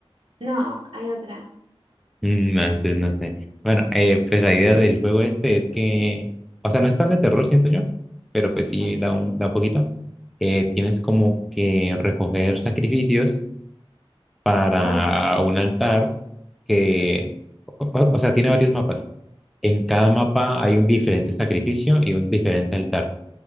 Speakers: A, on the right (about 60°); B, in the centre.
A: no, hay otra.
B: Mm, no, entonces no sé. Bueno, eh, pues la idea del juego este es que, o sea, no es tan de terror, siento yo, pero pues sí
A: Ok.
B: da un, da un poquito. Eh, tienes como que recoger sacrificios para
A: Oh,
B: un altar que, o, o- o sea, tiene varios mapas. En cada mapa hay un diferente sacrificio y un diferente altar.